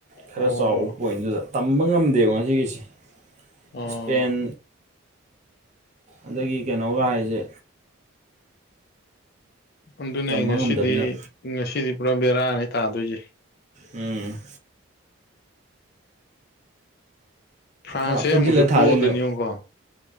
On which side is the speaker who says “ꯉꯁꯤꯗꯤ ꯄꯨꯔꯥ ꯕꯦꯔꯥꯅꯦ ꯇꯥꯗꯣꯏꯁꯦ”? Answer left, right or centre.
Left